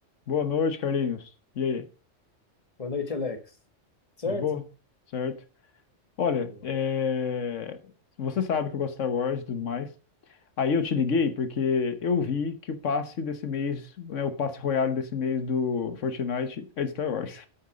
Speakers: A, on the left; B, on the left.
A: Boa noite, Carlinhos. E aí?
B: Boa noite, Alex. Certo?
A: De boa? Certo? Olha,
B: Boa.
A: é, você sabe que eu gosto de Star Wars e tudo mais. Aí eu te liguei porque eu vi que o passe desse mês, né, o passe Royale desse mês do Fortnite é de Star Wars.